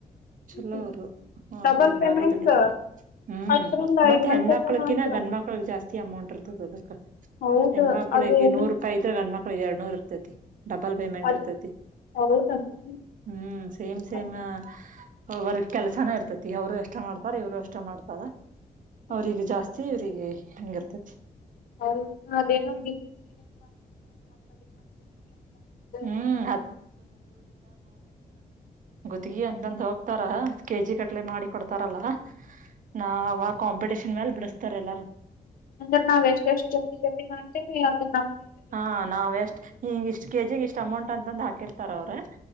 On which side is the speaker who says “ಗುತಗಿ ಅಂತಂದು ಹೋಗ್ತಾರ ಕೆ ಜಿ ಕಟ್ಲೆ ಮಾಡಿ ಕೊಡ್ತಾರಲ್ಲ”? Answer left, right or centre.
Right